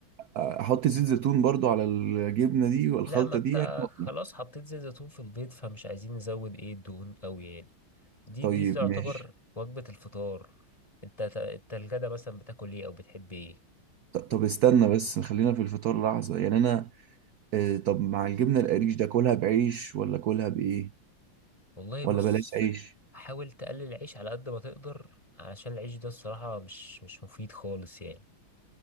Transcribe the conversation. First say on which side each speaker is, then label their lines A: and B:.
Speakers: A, on the right; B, on the left.
A: أحط زيت زيتون برضو على الجبنة دي والخلطة
B: لا ما انت
A: دي يعني ولا؟
B: خلاص حطيت زيت زيتون في البيت فمش عايزين نزود ايه الدهون قوي يعني دي
A: طيب
B: دي تعتبر
A: ماشي
B: وجبة الفطار انت انت الغدا مثلا بتاكل ايه او بتحب ايه
A: ط- طب استنى بس خلينا في الفطار لحظة يعني أنا آه، طب مع الجبنة القريش ده كلها بعيش ولا كلها بإيه
B: والله
A: ولا
B: بص
A: بلاش عيش
B: حاول تقلل العيش على قد ما تقدر علشان العيش ده الصراحة مش مش مفيد خالص يعني